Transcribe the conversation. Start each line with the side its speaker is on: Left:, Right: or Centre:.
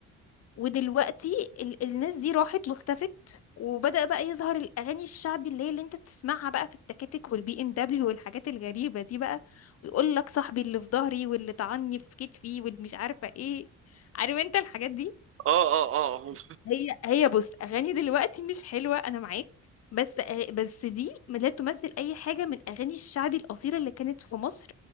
Left: ودلوقتي ال الناس دي راحت واختفت وبدأ بقى يظهر الأغاني الشعبي اللي هي اللي انت بتسمعها بقى في التكاتك والبي ام دبليو والحاجات الغريبة دي بقى ويقول لك صاحبي اللي في ظهري واللي طعني في كتفي واللي مش عارفة ايه عارف انت الحاجات دي
Right: اه اه اه
Left: فهي هي بص أغاني دلوقتي مش حلوة أنا معاك بس أ- بس دي لا تمثل أي حاجة من أغاني الشعبي الأصيلة اللي كانت في مصر